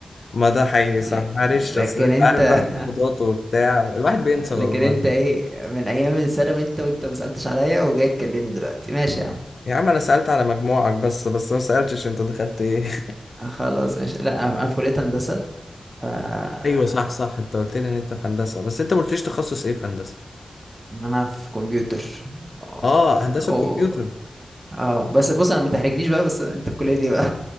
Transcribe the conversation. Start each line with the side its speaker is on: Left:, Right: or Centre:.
Left: ما ده حقيقي صح
Right: لك-
Left: معلش
Right: لكن
Left: اصل انت
Right: انت
Left: عارف
Right: <laughs>
Left: بقى الضغوطات وبتاع الواحد بينسى
Right: لكن
Left: والله
Right: انت ايه من ايام الثانوي انت وانت ما سألتش عليا وجاي تكلمني دلوقتي ماشي يا عم
Left: يا عم انا سألت على مجموعك بس بس ما سألتش انت دخلت ايه
Right: آه، خلاص ماشي لا انا في كلية هندسة ف آه،
Left: <laughs> ايوه صح صح انت قلت لي ان انت في هندسة بس انت ما قلتليش تخصص ايه في هندسة
Right: انا في كمبيوتر اه
Left: اه هندسة
Right: أو-
Left: كمبيوتر
Right: اه بس بص انا ما تحرجنيش بقى بس انت في كلية ايه بقى